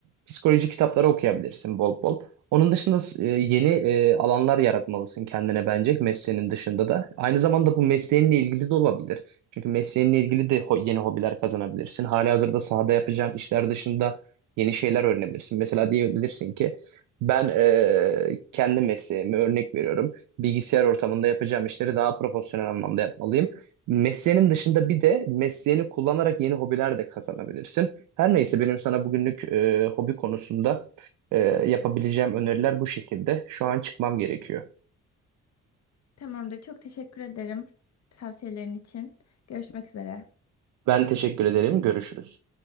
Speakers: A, on the right; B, on the left.
A: psikoloji kitapları okuyabilirsin bol bol. Onun dışında e, yeni e, alanlar yaratmalısın kendine bence mesleğinin dışında da. Aynı zamanda bu mesleğinle ilgili de olabilir. Çünkü mesleğinle ilgili de ho- yeni hobiler kazanabilirsin. Halihazırda sahada yapacağın işler dışında yeni şeyler öğrenebilirsin. Mesela diyebilirsin ki ben e, kendi mesleğimi örnek veriyorum. Bilgisayar ortamında yapacağım işleri daha profesyonel anlamda yapmalıyım. Mesleğinin dışında bir de mesleğini kullanarak yeni hobiler de kazanabilirsin. Her neyse benim sana bugünlük e, hobi konusunda e, yapabileceğim öneriler bu şekilde. Şu an çıkmam gerekiyor.
B: Tamamdır. Çok teşekkür ederim tavsiyelerin için. Görüşmek üzere.
A: Ben teşekkür ederim. Görüşürüz.